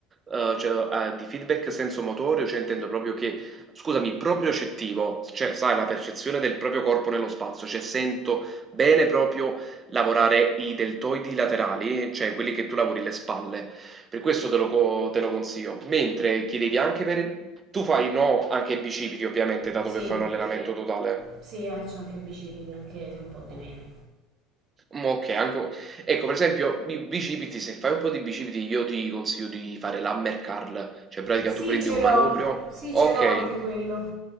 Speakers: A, on the right; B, on the right.
A: eh, cioè, eh, di feedback senso motorio, cioè intendo proprio che, scusami, propriocettivo, cioè sai, la percezione del proprio corpo nello spazio, cioè sento bene proprio lavorare i deltoidi laterali, cioè quelli che tu lavori le spalle. Per questo te lo, co- te lo consiglio. Mentre chiedevi anche per... Tu fai no anche ai bicipiti, ovviamente, dato
B: Sì,
A: che fai un allenamento Sì, totale.
B: sì, eh, c'ho anche i bicipiti, anche se un po' di meno.
A: Mm, Ok, anche... Ecco, per esempio, i bicipiti, se fai un po' di bicipiti, io ti consiglio di fare l'hammer curl. Cioè, in pratica,
B: Sì,
A: tu prendi
B: ce
A: un
B: l'ho.
A: manubrio.
B: Sì,
A: Ok,
B: ce l'ho anche quello.